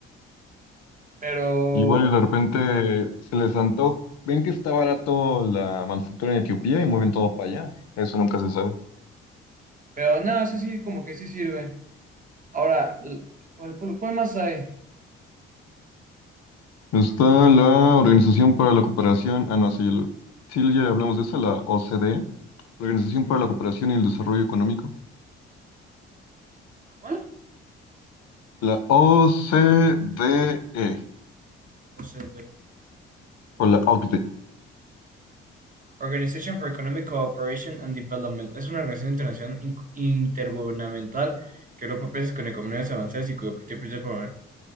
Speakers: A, on the right; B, on the left.
A: Pero,
B: Igual y de repente se les antoja. Ven que está barato la manufactura en Etiopía y mueven todo para allá. Eso nunca se sabe.
A: pero no, eso sí, como que sí sirve. Ahora, l- ¿cuál, cuál, cuál más hay?
B: Está la Organización para la Cooperación. Ah, no, sí, lo- sí ya hablamos de esa, la OCDE. La Organización para la Cooperación y el Desarrollo Económico.
A: ¿Cuál?
B: La OCDE,
A: O sea,
B: o la OCDE.
A: Organization for Economic Cooperation and Development es una organización internacional in- intergubernamental que agrupa países con economías avanzadas y cuyo objetivo principal es promover-